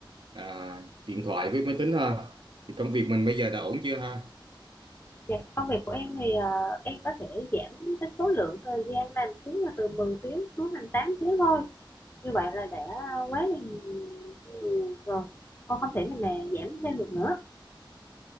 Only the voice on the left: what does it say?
Dạ, công việc của em thì ờ, em có thể giảm cái số lượng thời gian làm xuống là từ 10 tiếng xuống thành 8 tiếng thôi. Như vậy là đã quá là nhiều rồi. Con không thể nào mà giảm thêm được nữa.